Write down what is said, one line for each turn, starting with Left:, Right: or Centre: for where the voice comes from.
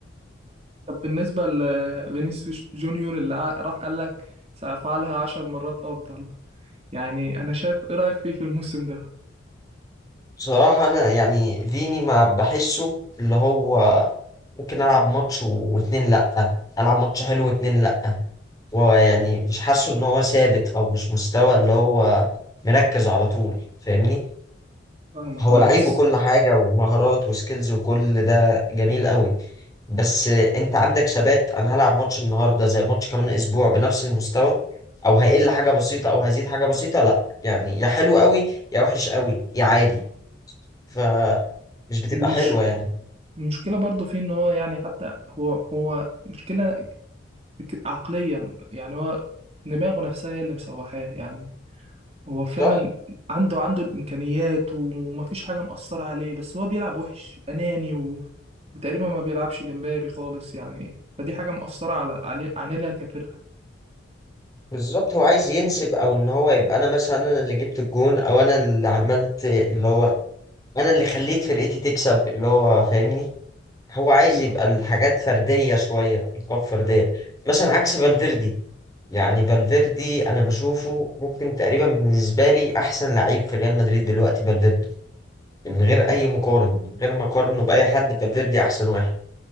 Right: طب بالنسبة لفينيسيوس جونيور اللي ع- راح قال لك سأفعلها عشر مرات أفضل يعني أنا شايف إيه رأيك فيه في الموسم ده؟
Left: بصراحة انا يعني فيني ما بحسه اللي هو ممكن العب ماتش واتنين لا العب ماتش حلو واتنين لا ويعني مش حاسه ان هو ثابت او مش مستوى اللي هو مركز على طول فاهمني
Right: فاهمك
Left: هو
Right: اه
Left: لعيب
Right: بس
Left: وكل حاجة ومهارات وسكيلز وكل ده جميل قوي بس انت عندك ثبات انا هلعب ماتش النهاردة زي ماتش كمان اسبوع بنفس المستوى او هقل حاجة بسيطة او هزيد حاجة بسيطة لا يعني يا حلو قوي يا وحش قوي يا عادي ف مش بتبقى
Right: المش...
Left: حلوة يعني
Right: المشكلة برضه فيه إن هو يعني حتى هو هو مشكلة ك- عقليا يعني هو دماغه نفسها هي اللي مسوحاه يعني هو فعلا
Left: صح
Right: عنده عنده الامكانيات ومفيش حاجه مأثره عليه بس هو بيلعب وحش اناني و... وتقريبا ما بيلعبش لمبابي خالص يعني فدي حاجه مأثره على علي... علينا كفرقه
Left: بالظبط هو عايز ينسب او ان هو يبقى انا مثلا انا اللي جبت الجون او انا اللي عملت اللي هو انا اللي خليت فرقتي تكسب اللي هو فاهمني هو عايز
Right: ايوه
Left: يبقى الحاجات فرديه شويه القاب فرديه مثلا عكس فالفيردي يعني فالفيردي انا بشوفه ممكن تقريبا بالنسبه لي احسن لعيب في ريال مدريد دلوقتي فالفيردي
Right: هو
Left: من غير
Right: فال-
Left: اي مقارن من غير ما اقارنه باي حد فالفيردي احسن واحد